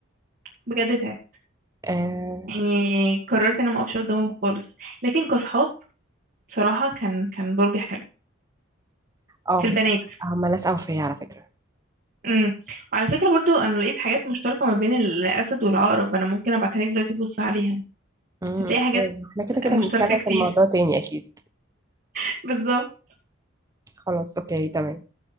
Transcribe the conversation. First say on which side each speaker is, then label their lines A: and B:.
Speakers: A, on the right; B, on the right.
A: بجد اتعبت
B: اه
A: يعني قررت ان انا ما اقفش قدامهم خالص لكن كصحاب بصراحه كان كان برج حلو
B: آه،
A: في البنات
B: هم هم ناس اوفياء على فكره
A: امم وعلى فكرة برضو انا لقيت حاجات مشتركة ما بين الاسد والعقرب انا ممكن ابعتها لك دلوقتي بص عليها
B: مم.
A: هتلاقي حاجات
B: احنا كده كده
A: مشتركة
B: هنتكلم
A: كتير
B: في الموضوع تاني اكيد
A: <laughs> بالظبط
B: خلاص اوكي تمام